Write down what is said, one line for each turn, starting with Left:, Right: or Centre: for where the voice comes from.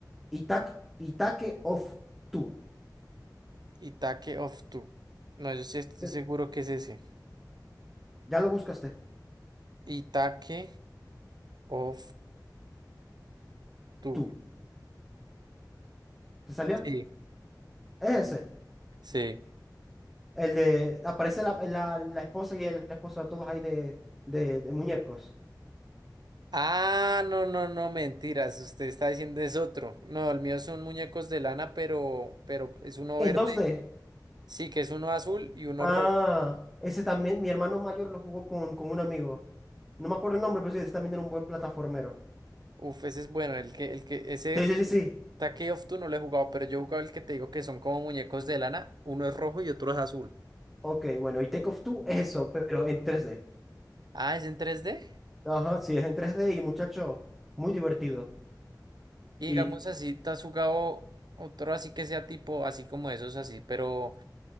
Centre: y tac, y take off tú.
Right: Itaque of Two. No, yo sí estoy
Centre: Eh,
Right: seguro que es ese.
Centre: Ya lo buscaste.
Right: Itaque of Two.
Centre: Tú. ¿Te salió?
Right: Sí.
Centre: Es ese.
Right: Sí.
Centre: El de aparece la, la, la esposa y el esposo, todos ahí de, de, de muñecos.
Right: Ah, no, no, no, mentiras. Usted está diciendo es otro. No, el mío son muñecos de lana, pero, pero es uno verde.
Centre: En dos d
Right: Sí, que es uno azul y uno
Centre: Ah,
Right: rojo.
Centre: ese también, mi hermano mayor lo jugó con, con un amigo. No me acuerdo el nombre, pero sí, ese también era un buen plataformero.
Right: Uf, ese es bueno. El que, el que, ese
Centre: Sí, sí, sí, sí.
Right: Take of Two no lo he jugado, pero yo he jugado el que te digo que son como muñecos de lana. Uno es rojo y otro es azul.
Centre: Ok, bueno, y Take Off Two es eso, pero en tres d
Right: Ah, es en tres d
Centre: Ajá, sí, es en tres d y muchacho, muy divertido.
Right: Y digamos
Centre: Y
Right: así, ¿te has jugado otro así que sea tipo, así como esos así, pero